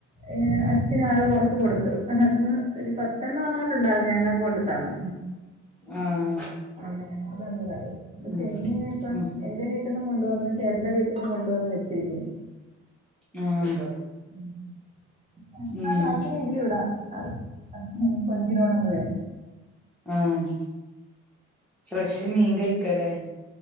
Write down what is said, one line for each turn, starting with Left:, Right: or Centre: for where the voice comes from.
Right: ഏ അച്ഛന് ആരോ കൊറച്ച് കൊട്ത്ത് പക്ഷ അത് ഒരു പത്തെണ്ണം എങ്ങാണ്ട് ഇണ്ടായിര്ന്നു ഞങ്ങക്ക് കൊണ്ട് തന്നു
Centre: ആഹ്
Right: അങ്ങനെ അതങ്ങ് വര് ഇപ്പ
Centre: ഉം
Right: ചെമ്മീന് ഇപ്പം
Centre: ഉം
Right: എന്റെ വീട്ടിന്നും കൊണ്ടുവന്ന് ചേട്ടന്റെ വീട്ടിന്നും കൊണ്ട് വന്ന് വെ ച്ചിരിക്കുന്നു
Centre: ഉം
Right: ഉം <inaudible> പക്ഷെ അത്ര
Centre: ഉം
Right: താല്പര്യം ഇല്ല ഇവിടെ അത് കൊഞ്ചിനോട് ഒന്നുവേ
Centre: ആഹ് ഫ്രഷ് മീൻ കയി ക്കല്ലേ